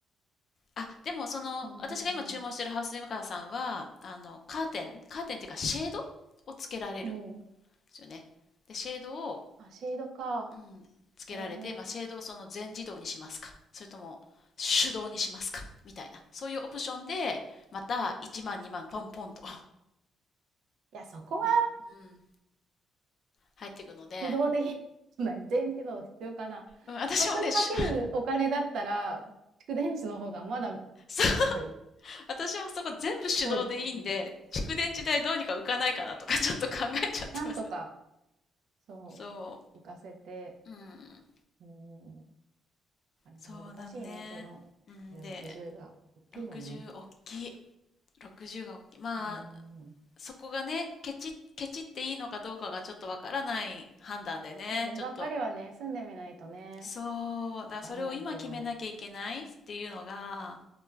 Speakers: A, on the left (about 50°); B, on the right (about 70°).
A: あ、でもその、
B: うん、
A: 私が今注文してるハウスデメーカーさんは、
B: うんう
A: あの、カーテン、カーテンっていうかシェードをつけられるんで
B: ん。うん。
A: すよね。で、シェードを、
B: あ、シェードか。
A: うん、つけられて、
B: シェードね。
A: まあ、シェードをその全自動にしますか、それとも手動にしますか、みたいな、そういうオプションで、また1万、2万、ポンポンと、
B: いや、そこは
A: うん、入っていくので、
B: 手動でいいじゃない、<laughs> 全自動必要かな。
A: うん、私もね、
B: そこにかけるお金だったら、
A: し
B: 蓄電池の方がまだ
A: <laughs> そう、
B: なんか、
A: 私もそこ全部手動でいいんで、
B: 効率、うん、
A: 蓄電池代どうにか浮かないかなとか <laughs> ちょっと考えちゃってますね
B: なんとか、そう、
A: そ
B: 浮かせて、
A: う、うん、
B: うん、あれが難しいね、
A: そうだね。
B: その40、
A: うん、で、
B: 60が大きいもんね。
A: 60大きい。60が大きい。まあ、
B: うん。
A: そこがね、ケチ、ケチっていいのかどうかがちょっとわからない判断でね、
B: そればっかりはね、
A: ちょっと。
B: 住んでみないとね、
A: そう、だからそれを今決めなきゃいけないっていうのが、
B: わかんないけど、